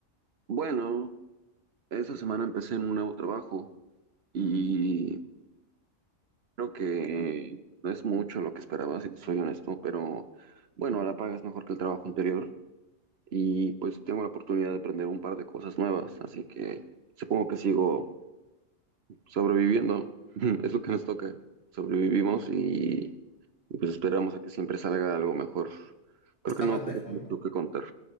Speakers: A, on the right; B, on the left.
A: bueno, esta semana empecé en un nuevo trabajo y creo que no es mucho lo que esperaba, si te soy honesto, pero bueno, la paga es mejor que el trabajo anterior y pues tengo la oportunidad de aprender un par de cosas nuevas, así que supongo que sigo sobreviviendo. <laughs> Es lo que nos toca. Sobrevivimos y, y, pues esperamos a que siempre salga algo mejor.
B: Está
A: Creo que no
B: más lejos,
A: tengo mucho
B: ¿no?
A: que contar.